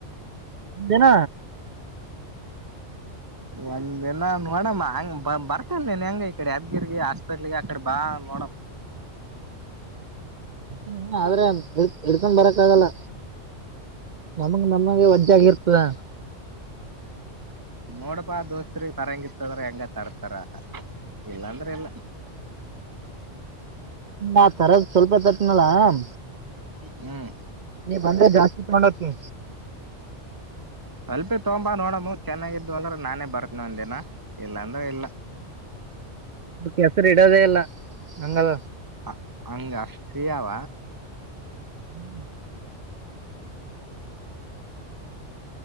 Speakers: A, on the right; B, on the right.
A: <inaudible>
B: ಒಂದಿನ
A: ಒಂದ ದಿನ ನೋಡಮ್ಮ ಹಂಗ ಬ ಬರ್ತಲ್ ನನ್ ಹೆಂಗ ಈಕಡೆ ಯದ್ಗಿರ್ಗ ಹಾಸ್ಪೆಟ್ಲ್ಗೆ ಅಕಡೆ ಬಾ ನೋಡಮ
B: ಇ ಏನ ಆದ್ರೆ ಇ ಇಡ್ಕೊಂಡ್ ಬರಕ್ಕ ಆಗಲ್ಲ ನಮಗೆ ನಮಗೆ ವಜ್ಜಾಗಿ ಇರ್ತದ
A: ನೋಡಪಾ ದೋಸ್ತ್ ತರಂಗ ಇತ್ತದ್ರ ಹೆಂಗ ತರ್ತಾರ ಇಲ್ಲಾಂದ್ರೆ ಎಲ್ಲ
B: ಅ ತರದ ಸ್ವಲ್ಪ ತ ಸನ್ನಲಾಮ
A: ಹ್ಮ್
B: ಬಂದ ಜಾಸ್ತಿ ತಗೊಂಡತ್ ನೀ
A: ಸ್ವಲ್ಪಿ ತೊಂಬ ನೋಡಮ್ಮ ಚೆನ್ನಾಗಿದು ಅಂದ್ರ ನಾನೇ ಬರ್ಕ್ನ ಒಂದ ದಿನ ಇಲ್ಲಾ ಅಂದ್ರ ಇಲ್ಲ
B: ಕೆಸರು ಇಡೋದೆೇ ಇಲ್ಲ ಗಂಗಲ
A: ಹ ಹಂಗ ಫ್ರೀಯಾವ
B: ಹ್ಮ್